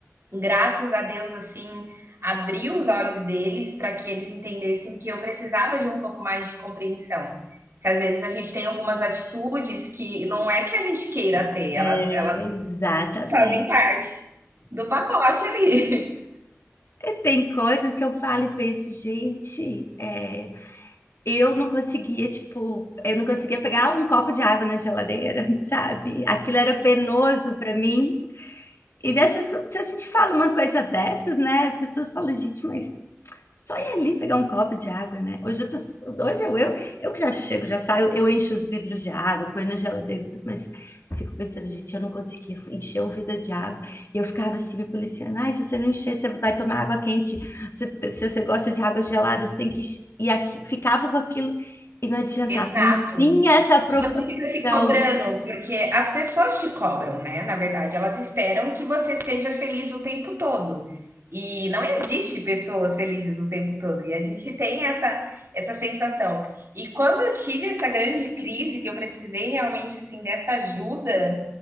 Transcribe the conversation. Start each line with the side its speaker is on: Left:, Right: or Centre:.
Right: Graças a Deus, assim, abriu os olhos deles para que eles entendessem que eu precisava de um pouco mais de compreensão. Que às vezes a gente tem algumas atitudes que não é que a gente queira ter, elas
Left: é,
Right: elas
Left: exatamente.
Right: fazem parte do pacote ali.
Left: E tem coisas que eu falo e penso, gente, é, eu não conseguia, tipo, eu não conseguia pegar um copo de água na geladeira, <laughs> sabe? Aquilo era penoso para mim. E dessas, se a gente fala uma coisa dessas, né? As pessoas falam, gente, mas só ir ali pegar um copo de água, né? Hoje eu tô, hoje eu, eu, eu que já chego, já saio, eu encho os vidros de água, põe na geladeira e tudo, mas eu fico pensando, gente, eu não conseguia encher um vidro de água. E eu ficava assim, me policiando, ai, se você não encher, você vai tomar água quente. Se, se você gosta de água gelada, você tem que encher. E aqui, ficava com aquilo e não
Right: <laughs>
Left: adiantava,
Right: Exato.
Left: não vinha essa propulsão.
Right: E você fica se cobrando, porque as pessoas te cobram, né, na verdade, elas esperam que você seja feliz o tempo todo. E não existe pessoas felizes o tempo todo, e a gente tem essa essa sensação. E quando eu tive essa grande crise que eu precisei realmente, assim, dessa ajuda,